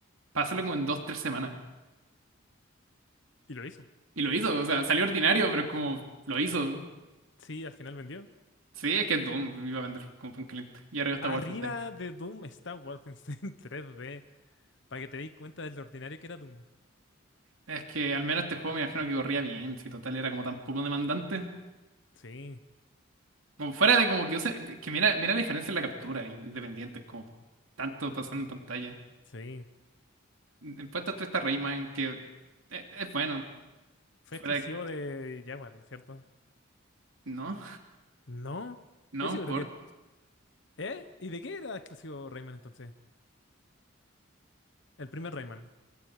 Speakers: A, on the right; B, on the left.
A: Para hacerlo como en dos, tres semanas.
B: Y lo hizo.
A: Y lo hizo, o sea, salió ordinario, pero es como lo hizo.
B: Sí, al final vendió.
A: Sí, es que es Doom, iba a vender como pan caliente. Y arriba está
B: Arriba
A: Wolfenstein.
B: de Doom está Wolfenstein <laughs> 3D para que te des cuenta de lo ordinario que era Doom.
A: Es que al menos este juego me imagino que corría bien, si total era como tan poco demandante.
B: Sí,
A: Como fuera de como que usa- que mira, mira la diferencia en la captura, y independiente, como tanto pasando en pantalla.
B: Sí,
A: En puestos 3 está Rayman, que es, es bueno,
B: fue
A: fuera
B: exclusivo
A: de-
B: de Jaguar, ¿cierto?
A: no,
B: No,
A: <laughs> no
B: estoy seguro
A: importa,
B: que... ¿Eh? ¿Y de qué era exclusivo Rayman entonces? El primer Rayman.